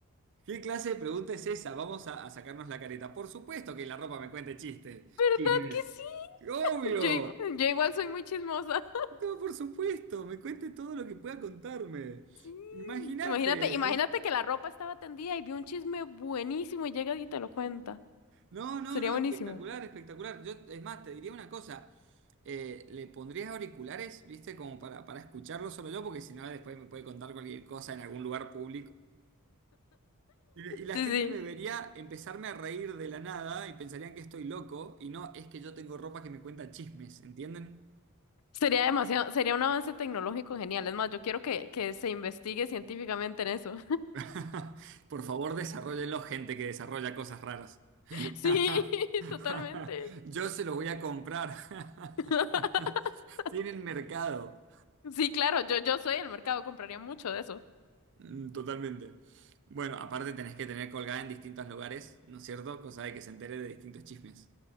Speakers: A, on the right (about 55°); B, on the left (about 85°).
A: ¿Qué clase de pregunta es esa? Vamos a, a sacarnos la careta. Por supuesto que la ropa me cuente chistes,
B: ¿Verdad
A: chismes.
B: que sí?
A: Obvio.
B: <laughs> Yo igual, yo igual soy muy chismosa. <laughs>
A: No, por supuesto, me cuente todo lo que pueda contarme.
B: Sí.
A: Imagínate.
B: Imagínate, imagínate que la ropa estaba tendida y vio un chisme buenísimo y llega y te lo cuenta.
A: No, no,
B: Sería
A: no,
B: buenísimo.
A: espectacular, espectacular. Yo, es más, te diría una cosa. eh, le pondrías auriculares, ¿viste? Como para, para escucharlo solo yo, porque si no, después me puede contar cualquier cosa en algún lugar público. Y, y la
B: Sí,
A: gente
B: sí.
A: me vería empezarme a reír de la nada y pensarían que estoy loco. Y no, es que yo tengo ropa que me cuenta chismes, ¿entienden?
B: Sería demasiado, sería un avance tecnológico genial. Es más, yo quiero que, que se investigue científicamente en eso.
A: <laughs> Por favor, desarrollenlo, gente que desarrolla cosas raras. <laughs>
B: <laughs> sí, <laughs> totalmente.
A: Yo se los voy a comprar.
B: <laughs>
A: <laughs> Tienen mercado.
B: Sí, claro, yo, yo soy el mercado, compraría mucho de eso.
A: Mm, Totalmente. Bueno, aparte tenés que tener colgada en distintos lugares, ¿no es cierto? Cosa de que se entere de distintos chismes.